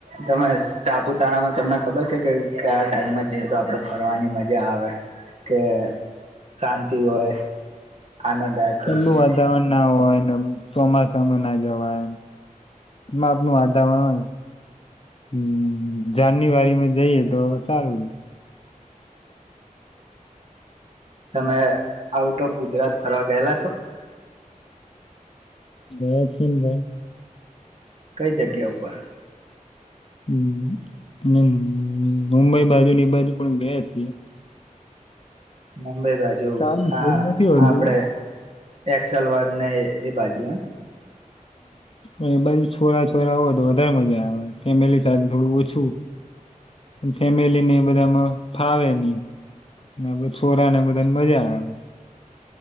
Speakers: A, on the right; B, on the left.
A: તમે સાપુતારામાં તમને ખબર છે કે કયા ટાઈમમાં જઈએ તો આપડે ફરવાની મજા આવે કે શાંતિ હોય આનંદદાયક
B: ઠંડુ
A: હોય.
B: વાતાવરણ ના હોય ચોમાસું ના જવાય માપનું વાતાવરણ હોય હમ જાન્યુઆરીમાં જઈએ તો સારું ર
A: તમે આઉટ ઓફ ગુજરાત ફરવા ગયેલા છો
B: હે છન ભાઈ
A: કઈ જગ્યા ઉપર
B: હમ અને મુંબઈ બાજુ ની બાજુ પણ ગયા છીએ
A: હમ ઈ બાજુ
B: સારું છે
A: આ
B: એવું નથી હોતું
A: આપડે એકસલ વા ન એ બાજુ હ
B: ઓ બાધુ છોરા છોરા હોય તો વધારે મજા આવે ફેમિલી સાથે થોડું ઓછું પણ ફેમિલી ને બધામાં ફાવે નહ છોરા ને બધાને મજા આવે